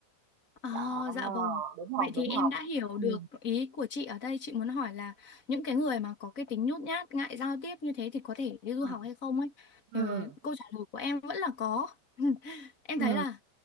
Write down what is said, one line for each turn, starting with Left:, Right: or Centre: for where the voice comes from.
Left: Ờ,
Right: đó
Left: dạ vâng.
Right: đúng
Left: Vậy
Right: không đúng
Left: thì em
Right: không
Left: đã hiểu
Right: ừ
Left: được ý của chị ở đây. Chị muốn hỏi là những cái người mà có cái tính nhút nhát, ngại giao tiếp như thế thì có thể đi
Right: ừ
Left: du học hay không ấy.
Right: ừ
Left: Ờ, câu trả lời của em vẫn là có. <laughs> Em
Right: ừ
Left: thấy là